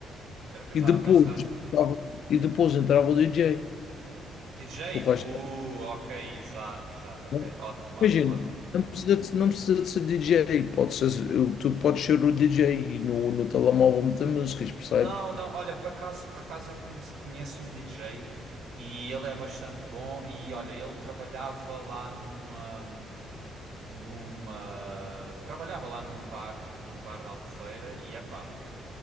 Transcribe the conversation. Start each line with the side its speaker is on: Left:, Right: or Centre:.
Right: Era o que eu
Left: E
Right: estava
Left: depois,
Right: a pensar.
Left: entrava- e depois entrava o DJ.
Right: DJ?
Left: O resto.
Right: Uh,
Left: era
Right: ok, exato, exato, ok.
Left: bom.
Right: Ótimo, ótimo,
Left: Imagina,
Right: ótimo.
Left: não precisa de, não precisa de ser DJ. Pode ser, eu- tu podes ser o DJ e no, no telemóvel meter músicas, percebes?
Right: Não, não, olha, por acaso, por acaso eu conhe- conheço um DJ e ele é bastante bom e olha, ele trabalhava lá numa numa. Trabalhava lá num bar, num bar da Albufeira, e epá,